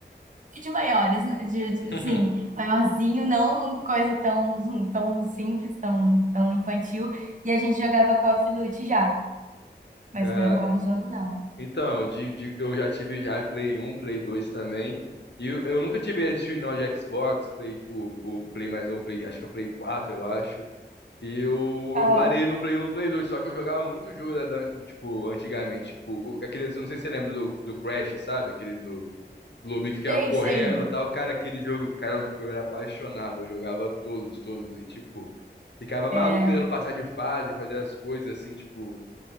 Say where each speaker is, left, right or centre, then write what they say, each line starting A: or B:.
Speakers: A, on the right; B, on the left.
A: de maiores, né? De, de-
B: <laughs>
A: assim, maiorzinho, não coisa tão, <laughs> tão simples, tão, tão infantil. E a gente jogava Call of Duty já, mas
B: Caraca.
A: não era o Warzone, não.
B: Então, de, de- eu já tive já Play um Play 2 também. E eu, eu nunca tive esse nó de Xbox, Play, o, o Play mais novo, Play, acho que é o Play 4 eu acho. E eu,
A: Ah,
B: eu parei no Play um e no Play 2 só que eu jogava muito jogo da, da- tipo, antigamente, tipo, o- aquele, não sei se você lembra do, do Crash, sabe? Aquele do, do lobinho que ficava
A: sei,
B: correndo
A: sei.
B: e tal. Cara, aquele jogo, cara, eu era apaixonado, eu jogava todos, todos, e tipo, ficava maluco
A: É,
B: tentando passar de fase, fazer as coisas assim, tipo.